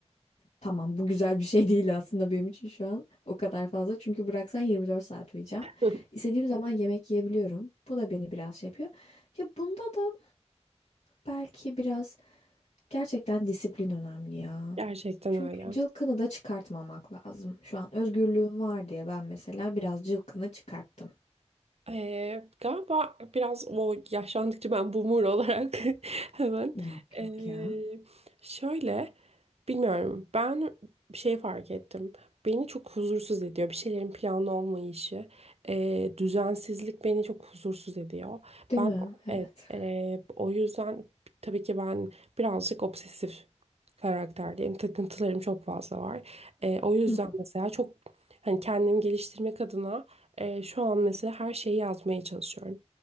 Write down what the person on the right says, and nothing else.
<laughs>
Gerçekten
öyle.
Ee, galiba biraz o yaşlandıkça ben boomer olarak <laughs> hemen
ee,
şöyle bilmiyorum ben bir şey fark ettim. Beni çok huzursuz ediyor. Bir şeylerin planlı olmayışı, ee, düzensizlik beni çok huzursuz ediyor.
Ben
evet, ee, o yüzden tabii ki ben birazcık obsesif karakterdeyim. Takıntılarım çok fazla var. Ee, o yüzden
mesela çok hani kendimi geliştirmek adına ee, şu an mesela her şeyi yazmaya çalışıyorum.